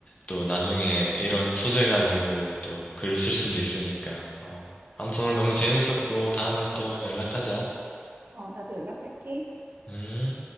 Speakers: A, on the left; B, on the right.
A: 또 나중에 이런 소재 가지고 또 글을 쓸 수도 있으니까. 어. 아무튼 오늘 너무 재밌었고, 다음에 또 연락하자.
B: 어, 나도 연락할게.
A: 음.